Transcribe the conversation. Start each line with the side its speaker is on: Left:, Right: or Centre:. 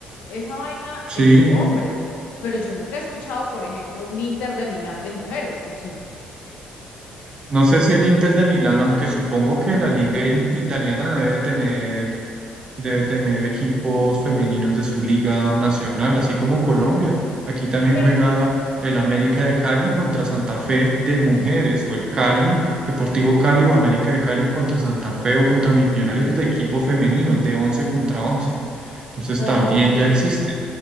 Left: Esa vaina
Right: sí.
Left: es de hombres, pero yo nunca he escuchado, por ejemplo, un Inter de Milán de mujeres, o sí.
Right: No sé si el Inter de Milán, aunque supongo que la Liga in- italiana debe tener debe tener equipos femeninos de su liga nacional, así como Colombia. Aquí también
Left: Pero
Right: juega
Left: en-
Right: el América de Cali contra Santa Fe de mujeres, o el Cali, Deportivo Cali o América de Cali contra Santa Fe o contra Millonarios de equipo femenino, de 11 contra 11. Entonces
Left: ok,
Right: también ya existe.